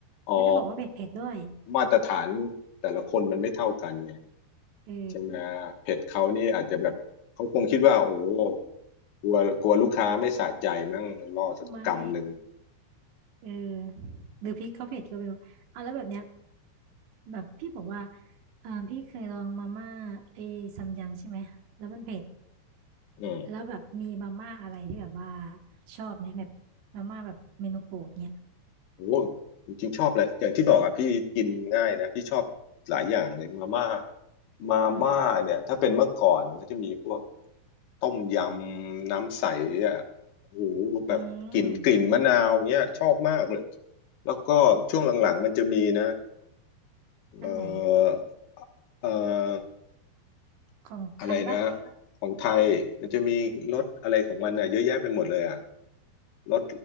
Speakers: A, on the left (about 80°); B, on the right (about 75°).
A: อ๋อ
B: ไม่ได้บอกว่าเผ็ดเผ็ดด้วย
A: มาตรฐานแต่ละคนมันไม่เท่ากันไง
B: เออ
A: ใช่ไหมเผ็ดเขานี่อาจจะแบบเขาคงคิดว่าโอ้โหกลัวกลัวลูกค้าไม่สะใจมั้งล่อสักกำหนึ่ง
B: ไม่ เออหรือพริกเขาเผ็ดก็ไม่รู้อ่ะแล้วแบบเนี้ยแบบพี่บอกว่าอ่าพี่เคยลองมาม่าไอ้ซัมยังใช่ไหมแล้วมันเผ็ด
A: อืม
B: แล้วแบบมีมาม่าอะไรที่แบบว่าชอบไหมแบบมาม่าแบบเมนูโปรดเนี่ย
A: โอ้โหจริงๆชอบแหละอย่างที่บอกอ่ะพี่กินง่ายนะพี่ชอบหลายอย่างเลยมาม่ามาม่าเนี่ยถ้าเป็นเมื่อก่อนนก็จะมีพวก
B: อืม
A: ต้มยำน้ำใสอ่ะโอ้โหแบบกลิ่นกลิ่นมะนาวเนี้ยชอบมากเลย
B: อืม
A: แล้วก็ช่วงหลังๆมันจะมีนะ เอ่
B: อันไหน
A: อเอ่อ
B: ของไทยปะ
A: อะไรนะ ของไทย มันจะมีรสอะไรของมันอ่ะเยอะแยะไปหมดเลยอ่ะรส